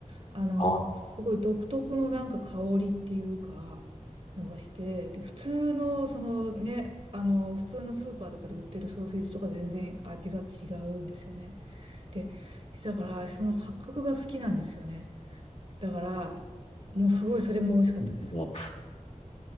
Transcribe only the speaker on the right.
あの、
すごい独特のなんか香りっていうか、のがして、で、普通の、そのね、あの、普通のスーパーとかで売ってるソーセージとか全然味が違うんですよね。で、だから、その八角が好きなんですよね。だから、もうすごいそれも美味しかったです。